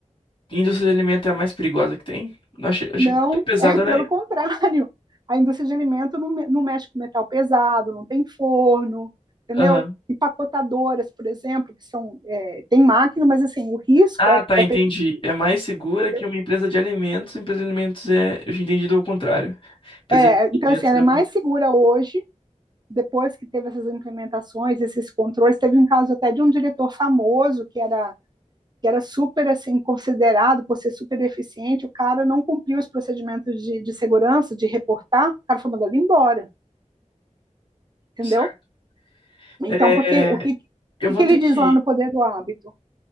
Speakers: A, on the left (about 40°); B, on the right (about 35°).
A: Indústria de alimentar é a mais perigosa que tem? Não achei, achei
B: Não,
A: que até pesado
B: é pelo
A: era.
B: contrário. A indústria de alimento não, me- não mexe com metal pesado, não tem forno, entendeu?
A: Aham.
B: Empacotadoras, por exemplo, que são, é, tem máquina, mas assim, o risco
A: Ah,
B: é,
A: tá,
B: é
A: entendi.
B: pequeno,
A: É mais segura
B: entendeu?
A: que uma empresa de alimentos. Empresa de alimentos é. Eu tinha entendido o contrário. Empresa
B: É,
A: de
B: então,
A: alimentos
B: assim, ela
A: é
B: é mais
A: uma.
B: segura hoje, depois que teve essas implementações, esses controles. Teve um caso até de um diretor famoso que era, que era super assim, considerado por ser super eficiente, o cara não cumpriu os procedimentos de, de segurança, de reportar, o cara foi mandado embora, entendeu?
A: Certo.
B: Então,
A: É,
B: porque o que,
A: eu
B: o
A: vou
B: que ele
A: ter que.
B: diz lá no Poder do Hábito?